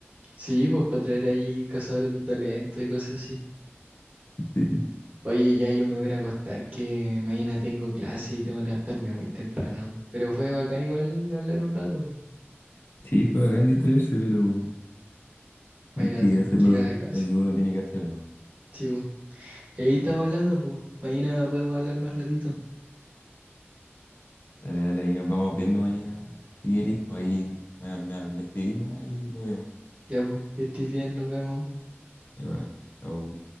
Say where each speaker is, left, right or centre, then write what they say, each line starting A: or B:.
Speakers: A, on the right (about 30°); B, on the left (about 50°).
A: Sí, pues para traer ahí cazadores de talento y cosas así.
B: Sí,
A: Oye, ya yo me voy a ir a acostar que mañana tengo clase y tengo que levantarme muy temprano. Pero fue bacán igual hablar un rato, po.
B: sí, fue bacán distraerse, pero
A: Mañana
B: hay que
A: tengo
B: hacerlo.
A: que ir
B: Lo
A: a la clase.
B: lo que uno tiene que hacer, ¿no?
A: Sí, po. Y ahí estamos hablando, pues. Mañana podemos hablar más ratito.
B: Dale, dale, ahí nos vamos viendo mañana. Si querís, pues ahí me, me, me escribís nomás y lo vemos.
A: Ya, pues, que estés bien, nos vemos.
B: Igual, chao